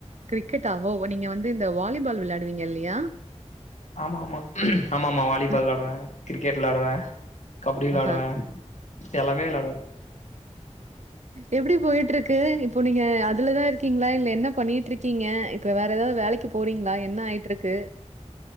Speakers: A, on the right (about 70°); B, on the left (about 75°).
A: கிரிக்கெட ஆ ஓ நீங்க வந்து இந்த வாலிபால் விளையாடுவீங்க இல்லையா
B: ஆம்மாமா ஆம்மாமா வாலிபால்
A: அ
B: விளாடுவ கிரிக்கெட் விளாடுவ கப்டி விளாடுவ
A: ஆஹா
B: எல்லாமே விளாடுவ
A: எப்டி போயிட்டு இருக்கு இப்போ நீங்க அதுலதா இருக்கீங்ளா இல்ல என்ன பண்ணிட் இருக்கீங்க இப்ப வேற ஏதாது வேளைக் த்து போறீங்ளா என்ன ஆயிட்ருக்கு